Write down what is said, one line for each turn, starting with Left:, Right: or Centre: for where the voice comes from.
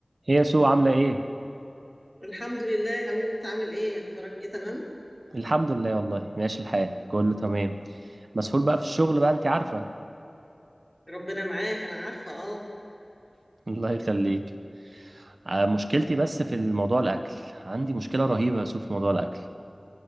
Right: هي يا سو عاملة ايه؟
Centre: الحمد لله يا حبيبي انت عامل ايه اخبارك ايه تمام
Right: الحمد لله والله ماشي الحال كله تمام مسحول بقى في الشغل بقى انت عارفة
Centre: ربنا معاك انا عارفه اه
Right: <laughs> الله يخليك آه، مشكلتي بس في الموضوع الأكل عندي مشكلة رهيبة يا سو في موضوع الأكل